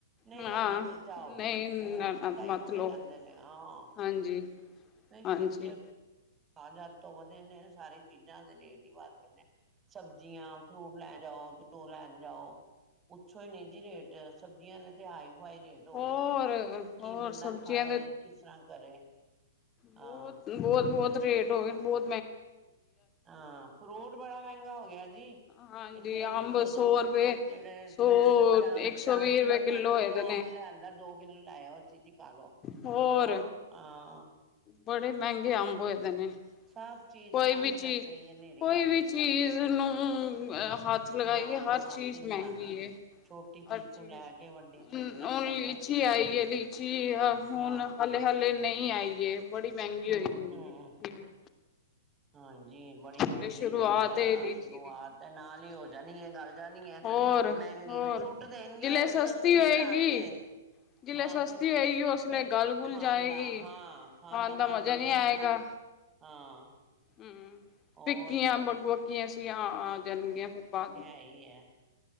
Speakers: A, on the right; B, on the left.
A: ਨਈਂ
B: ਹਾਂ
A: ਲੈਣਾ ਤੇ ਜਾਓ,
B: ਨਹੀਂ
A: ਓ ਸਿੱਧਾ ਈ
B: ਮਤਲਬ
A: ਮੂੰਹ ਤੇ ਕੈਂਦੇ ਨੇ। ਹਾਂ,
B: ਹਾਂਜੀ
A: ਨਈ
B: ਹਾਂਜੀ
A: ਕਯਾ ਪਤਾ। ਆ ਜਦ ਤੋਂ ਵਧੇ ਸਾਰੇ ਚੀਜਾਂ ਦੇ ਰੇਟ ਈ ਵੱਧ ਗਏ ਨੇ। ਸਬਜ਼ੀਆਂ, ਫਰੂਟ ਲੈਣ ਜਾਓ, ਘਿਓ ਲੈਣ ਜਾਓ। ਪੁੱਛੋ ਈ ਨਈ ਜੀ ਰੇਟ, ਸਬਜ਼ੀਆਂ ਦੇ ਤੇ ਹਾਈ-ਫਾਈ ਰੇਟ। ਹੋ
B: ਹੋਰ
A: ਗਏ ਨੇ ਕੀ
B: ਹੋਰ
A: ਬੰਦਾ
B: ਸਬਜ਼ੀਆਂ
A: ਖਾਏ, ਕਿਸ ਤਰ੍ਹਾਂ ਕਰੇ? ਹਾਂ
B: ਬੋਤ ਬੋਤ-ਬੋਤ ਰੇਟ ਹੋ ਗਏ ਬੋਤ।
A: ਹਾਂ, ਫਰੂਟ ਬੜਾ ਮੈਂਗਾ ਹੋ ਗਿਆ ਜੀ। ਕਿੱਥੇ
B: ਹਾਂਜੀ ਅੰਬ
A: ਦੋ-ਦੋ
B: ਸੌ ਰੁਪਏ
A: ਜੇੜੇ
B: ਸੌ
A: ਬ ਬੱਚਾ
B: ਇੱਕ ਸੌ
A: ਚਾਰ
B: ਵੀਹ
A: ਕਿੱਲੋ
B: ਰੁਪਏ
A: ਪੰਜ
B: ਹੋਏ
A: ਕਿੱਲੋ
B: ਦੇ ਨੇ
A: ਅੰਬ ਲੀਐਦਾਂ, ਦੋ ਕਿੱਲੋ ਲੈਯਾ ਓ ਓਦੇ ਚ ਖਾਲੋ।
B: ਹੋਰ।
A: ਹੋਰ, ਹਾਂ।
B: ਬੜੇ ਮੈਂਗੇ ਅੰਬ ਹੋਏ ਦੇ ਨੇ।
A: ਸਭ ਚੀਜ਼
B: ਕੋਈ
A: ਨੂੰ
B: ਵੀ
A: ਅੱਗ
B: ਚੀਜ਼
A: ਲੱਗ ਗਈ ਐ, ਨੇਰੀ
B: ਕੋਈ
A: ਆ
B: ਵੀ
A: ਗਈ ਐ।
B: <unintelligible> ਨੂੰ ਹੱਥ ਲਗਾਈਏ
A: ਹਾਂ
B: ਹਰ
A: ਹੱਥ
B: ਚੀਜ਼
A: ਹੀ ਨੀ
B: ਮੈਂਗੀ
A: ਲਾਣਾ।
B: ਏ।
A: ਛੋਟੀ
B: ਹਰ ਚੀਜ਼,
A: ਤੋਂ ਲੈ ਕੇ ਵੱਡੀ ਚੀਜ਼ ਤੱਕ
B: ਹੁਣ
A: ਸਭ
B: ਲੀਚੀ
A: ਮਹਿੰਗੀ ਹੈ।
B: ਆਈ ਏ ਲੀਚੀ ਹੁਨ
A: ਹਾਂ
B: ਹਲੇੇ-ਹਲੇ ਨਈ ਆਈ ਏ, ਬੜੀ ਮੈਂਗੀ
A: ਹੂੰ-ਹੂੰ।
B: ਹੋਏਗੀ ਲੀਚੀ ਵੀ।
A: ਹਾਂਜੀ, ਬੜੀ
B: ਹਲੇ
A: ਮੈਂਗੀ
B: ਸ਼ੁਰੂਆਤ
A: ਐ ਬਈਆ,
B: ਏ ਲੀਚੀ
A: ਸ਼ੁਰੂਆਤ
B: ਦੀ
A: ਐ ਨਾਲ ਈ ਹੋ ਜਾਣੀਐ ਗੱਲ ਦਾ ਨੀ ਐ
B: ਹੋਰ-ਹੋਰ
A: ਮੈਂਗੀ, ਸੁੱਟ ਦੇਣਗੇ
B: ਜਿਲੇ
A: ਸਸਤੀ
B: ਹੋਏਗੀ
A: ਨੀ ਲਾਣਗੇ।
B: ਜਿਲੇ
A: ਆਂ
B: ਸਸਤੀ
A: ਫੇ
B: ਹੋਏਗੀ ਉਸਲੇ
A: ਫੇਰ
B: ਗਲ-ਗੁਲ
A: ਖਾਣ
B: ਜਾਏਗੀ।
A: ਦਾ ਹਾਂ, ਖਾਣ ਦਾ ਮਨ
B: ਮਜ਼ਾ
A: ਨੀ
B: ਨਹੀਂ
A: ਕਰੇਗਾ।
B: ਆਏਗਾ
A: ਹਾਂ।
B: ਹੂੰ
A: ਹੋਰ
B: ਫਿੱਕੀਆਂ ਬਕ ਬਕੀਆਂ ਜੀਆ ਆ ਜਾਣਗੀਆਂ ਫਿਰ ਬਾਅ
A: ਸਈ ਐ।